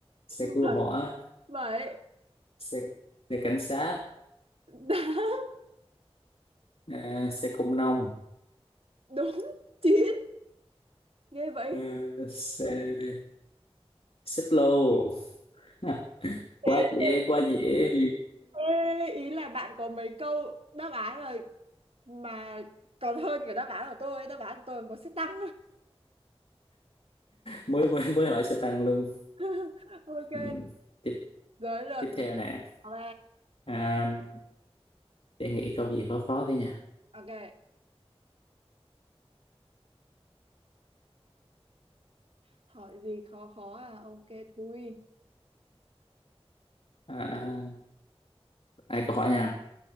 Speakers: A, on the left (about 65°); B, on the right (about 65°).
A: xe cứu
B: <laughs>
A: hỏa
B: bảy bảy
A: xe xe cảnh sát
B: tám
A: à, xe công nông
B: đúng chín ghê vậy
A: à, xe xích lô Ha,
B: ê,
A: quá dễ quá dễ
B: ê, ý là bạn có mấy câu đáp án mà mà còn hơn cả đáp án của tôi đáp án của tôi có sẽ tăng
A: mới mới mới hỏi xe tăng luôn
B: <laughs> ok
A: ừ. tiếp
B: giới luật
A: tiếp theo nè
B: ok
A: à, để nghĩ câu gì khó khó tí nha
B: ok hỏi gì khó khó à ok thui
A: à, ai câu hỏi nha